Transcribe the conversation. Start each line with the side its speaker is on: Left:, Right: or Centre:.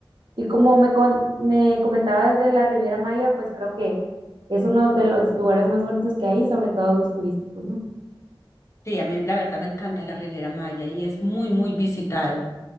Right: Y como me, con- me comentabas de la Riviera Maya, pues creo que es uno de los lugares más bonitos que hay, sobre todo los turísticos, ¿no?
Left: sí, a mí la verdad me encanta la Riviera Maya y es muy, muy visitado.